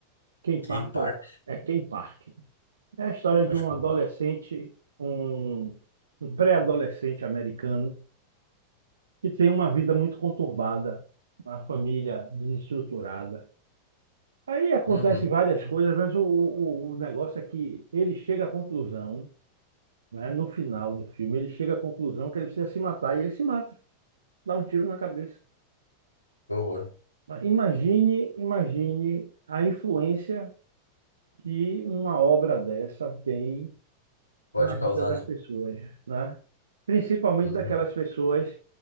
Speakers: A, on the right; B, on the left.
A: Ken
B: K-Park,
A: Park, ué. é Ken Park. É a história
B: acho
A: de um
B: que.
A: adolescente, um, um pré-adolescente americano que tem uma vida muito conturbada, uma família desestruturada. Aí acontece
B: Uhum.
A: várias coisas, mas o, o, o negócio é que ele chega à conclusão, né, no final do filme, ele chega à conclusão que ele precisa se matar e ele se mata, dá um tiro na cabeça.
B: Que Horror.
A: Mas Imagine, imagine a influência que uma obra dessa tem
B: Pode
A: na vida
B: causar,
A: das
B: né?
A: pessoas, né? Principalmente
B: Uhum.
A: daquelas pessoas